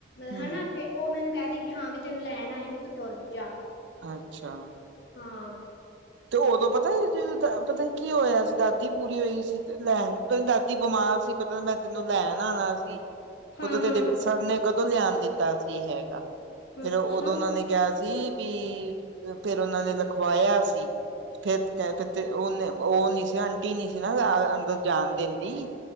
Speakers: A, on the right; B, on the left.
A: ਹਮ
B: ਹੈਨਾ। ਤੇ ਉਹ ਮੈਨੂੰ ਕਹਿ ਦੇਵੇਗੀ ਕਿ ਹਾਂ ਵੀ ਤੈਨੂੰ ਲੈਣ ਆਏ ਨੇ ਤੇ ਤੂੰ ਤੁਰ ਜਾ।
A: ਅੱਛਾ।
B: ਹਾਂ।
A: ਤੇ ਉਦੋਂ ਪਤਾ, ਜਦੋਂ ਪਤਾ ਕੀ ਹੋਇਆ ਸੀ ਦਾਦੀ ਪੂਰੀ ਹੋਈ ਸੀ। ਤੇ ਲੈਣ ਤੇਰੀ ਦਾਦੀ ਬਿਮਾਰ ਸੀ। ਪਤਾ ਮੈਂ ਤੈਨੂੰ ਲੈਣ ਆਉਣਾ ਸੀ।
B: ਹਾਂ
A: ਉਦੋਂ ਤੇਰੇ
B: ਹਾਂ
A: ਸਰ ਨੇ ਕਦੋਂ ਲਿਆਣ ਦਿੱਤਾ ਸੀ ਹੈਗਾ। ਫੇਰ
B: ਅੱਛਾ
A: ਉਦੋਂ ਉਹਨਾਂ ਨੇ ਕਿਹਾ ਸੀ ਵੀ, ਫੇਰ ਉਹਨਾ ਨੇ ਲਿਖਵਾਇਆ ਸੀ। ਫੇਰ ਕਹ ਫਿਰ ਤੇ ਉਹਨੇ ਉਹ ਨੀ ਸੀ ਆਂਟੀ ਨੀ ਸੀ ਨਾ ਅੰਦਰ ਜਾਣ ਦੇਣ ਦੀ।